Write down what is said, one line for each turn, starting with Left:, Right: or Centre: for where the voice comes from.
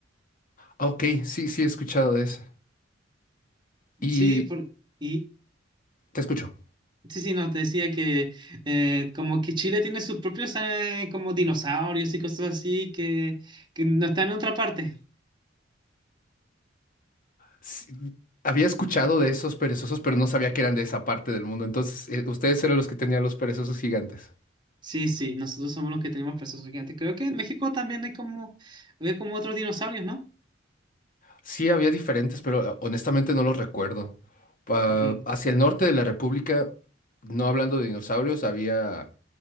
Left: Ah, Ok, sí, sí, he escuchado de ese. Y
Right: Sí, por- y
Left: te escucho.
Right: sí, sí, no, te decía que eh, como que Chile tiene sus propios eh, como dinosaurios y cosas así que, que no están en otra parte.
Left: Sí, había escuchado de esos perezosos, pero no sabía que eran de esa parte del mundo. Entonces, eh, ustedes eran los que tenían los perezosos gigantes.
Right: Sí, sí, nosotros somos los que tenemos pesos gigantes. Creo que en México también hay como, hay como otros dinosaurios, ¿no?
Left: Sí, había diferentes, pero eh, honestamente no los recuerdo. Pa-
Right: Ujú.
Left: hacia el norte de la República, no hablando de dinosaurios, había,